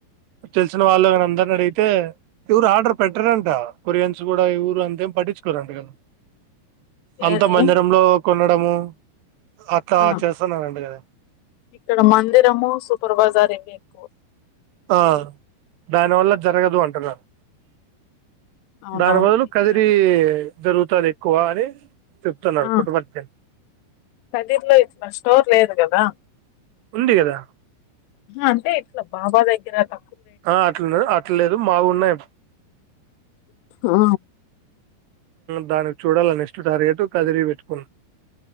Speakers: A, on the right; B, on the left.
A: తెలిసిన వాళ్ళు కాన అందరిని అడిగితే ఎవరు ఆర్డర్ పెట్టారంట కొరియన్స్ కూడా ఈ ఊరు అంతేం పట్టించుకోరంటడి కదా అంత
B: ఏది
A: మందిరంలో కొన్నా ఉడము అట్లా
B: ఆ
A: చేస్తున్నాండి కదా
B: ఇక్కడ మందిరము సూపర్ బైజార్ ఇవి ఎక్కువ
A: ఆ దానివల్ల జరగదు అంటున్నారు
B: అవునవును
A: దాని బదులు
B: ఇక్కడ
A: కదిరి జరుగుతంది ఎక్కువ అని చెప్తున్నారు
B: ఆ
A: పుట్టపర్తి
B: కదిీర్లో ఇట్లా స్టోర్ లేదు కదా
A: ఉంది కదా
B: అంతే ఎట్లా బాబా దగ్గర త
A: ఆ అట్లున్నారు అట్లేదు మాగున్నాయి
B: ఆ
A: దానికి చూడాలని ఇస్ట్ టార్గెట్ కదిరి పెట్టుకును